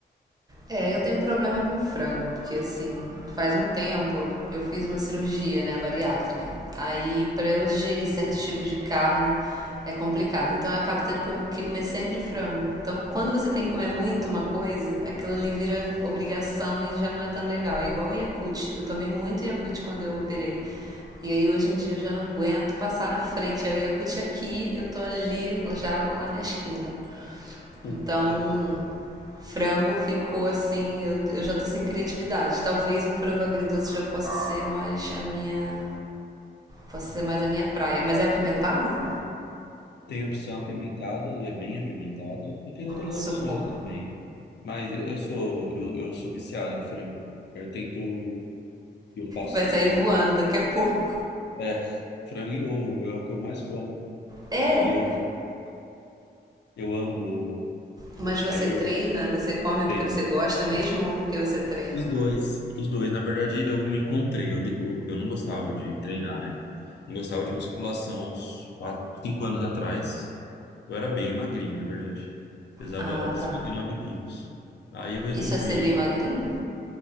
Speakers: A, on the right (about 20°); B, on the left (about 75°).
A: É,
B: né?
A: eu tenho problema com frango, porque assim, faz um tempo eu fiz uma cirurgia, né, bariátrica. Aí, pra eu digerir certos tipos de carne é complicado. Então, eu acabo tendo que- que comer sempre frango. Então, quando você tem que comer muito uma coisa, aquilo ali vira obrigação e já não é tão legal. É igual o Yakult. Eu tomei muito Yakult quando eu operei. E aí, hoje em dia, eu já não aguento passar na frente. Aí, o Yakult aqui, eu tô ali, já lá na esquina.
B: Sim.
A: Então,
B: É.
A: Frango ficou assim, eu, eu já tô sem criatividade. Talvez um frango agridoce já possa ser mais a minha. Possa ser mais a minha praia. Mas é apimentado?
B: Tem opção apimentada e é bem apimentada, e tem outras
A: Socorro.
B: opções também. Mas eu eu sou, eu, eu sou viciado em frango. Eu tento, eu faço.
A: Vai sair voando daqui a pouco.
B: É, frango e ovo é o que eu mais como.
A: É!
B: E eu, eu amo ovo.
A: Mas você
B: Aí
A: treina?
B: eu
A: Você come
B: treino.
A: porque você gosta mesmo ou porque você treina?
B: Os dois. Os dois. Na verdade, eu me encontrei. Eu, eu, eu não gostava de treinar, né? Não gostava de musculação uns 4, 5 anos atrás. Eu era bem magrinho, na verdade. Pesava
A: Ah,
B: 59
A: tá.
B: quilos. Aí eu resolvi.
A: Isso é ser bem magrinho?